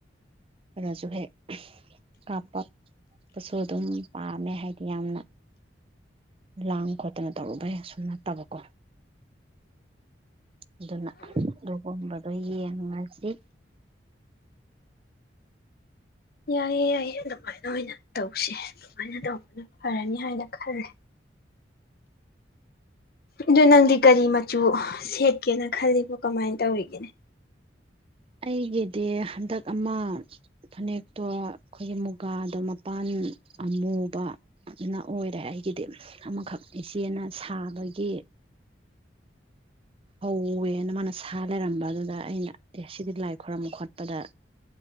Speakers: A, on the right; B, on the left.
A: ꯑꯗꯨꯗꯁꯨ ꯍꯦꯛ ꯀꯥꯞꯄꯄꯁꯨ ꯑꯗꯨꯝ ꯄꯥꯝꯃꯦ ꯍꯥꯏꯗꯤ ꯌꯥꯝꯅ ꯂꯥꯡ ꯈꯣꯠꯇꯅ ꯇꯧꯔꯨꯕꯩ ꯁꯁꯨꯝ ꯅꯠꯇꯕꯀꯣ ꯑꯗꯨꯅ ꯑꯗꯨꯒꯨꯝꯕꯗꯣ ꯌꯦꯡꯉ ꯃꯥꯉꯥꯟꯁꯤ
B: ꯌꯥꯏꯌꯦ ꯑꯩ ꯑꯗꯨꯃꯥꯏꯅ ꯑꯣꯏꯅ ꯇꯧꯁꯦ ꯁꯨꯃꯥꯏꯅ ꯇꯧꯕꯅ ꯐꯔꯅꯤ ꯍꯥꯏꯅ ꯈꯜꯂꯦ ꯑꯗꯨ ꯅꯪꯗꯤ ꯀꯔꯤ ꯃꯆꯨ ꯁꯦꯠꯀꯦꯅ ꯈꯜꯂꯤꯕꯣ ꯀꯃꯥꯏꯅ ꯇꯧꯔꯤꯒꯦꯅꯤ
A: ꯑꯩꯒꯤꯗꯤ ꯍꯟꯗꯛ ꯑꯃ ꯐꯥꯅꯦꯛꯇꯣ ꯑꯩꯈꯣꯏꯒꯤ ꯃꯨꯒꯥꯗꯣ ꯃꯄꯥꯟ ꯑꯃꯨꯕꯅ ꯑꯣꯏꯔꯦ ꯑꯩꯒꯤꯗꯤ ꯑꯃꯈꯛ ꯏꯆꯦꯅ ꯁꯥꯕꯒꯤ꯫ ꯍꯧꯋꯦꯅ ꯃꯥꯅ ꯁꯥ ꯂꯩꯔꯝꯕ ꯑꯗꯨꯗ ꯑꯩꯅ ꯑꯦ ꯁꯤꯗꯤ ꯂꯥꯏ ꯈꯣꯏꯔꯝꯕ ꯈꯣꯠꯄꯗ